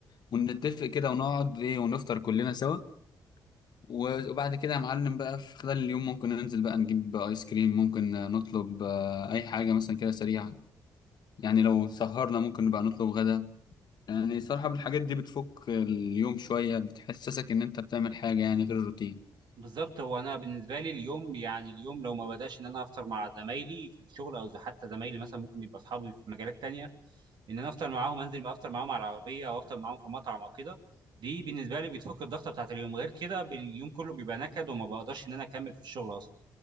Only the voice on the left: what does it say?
ونتفق كده ونقعد ايه ونفطر كلنا سوا وبعد كده يا معلم بقى في خلال اليوم ممكن ننزل بقى نجيب ايس كريم ممكن نطلب آه، اي حاجة مثلا كده سريعة يعني لو سهرنا ممكن نبقى نطلب غدا يعني صراحة الحاجات دي بتفك اليوم شوية بتحسسك ان انت بتعمل حاجة يعني غير الروتين